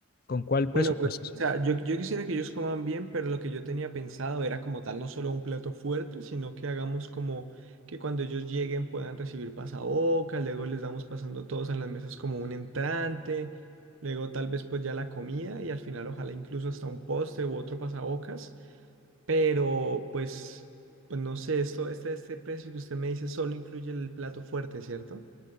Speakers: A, on the left (about 45°); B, on the right (about 65°).
A: ¿Con cuál presupuesto?
B: Bueno, pues, o
A: se
B: sea,
A: va?
B: yo, yo quisiera que ellos coman bien, pero lo que yo tenía pensado era como tal no solo un plato fuerte, sino que hagamos como que cuando ellos lleguen puedan recibir pasabocas, luego les damos pasando todos en las mesas como un entrante, luego tal vez pues ya la comida y al final ojalá incluso hasta un postre u otro pasabocas, pero pues, pues no sé, esto, este, este precio que usted me dice solo incluye el plato fuerte, ¿cierto?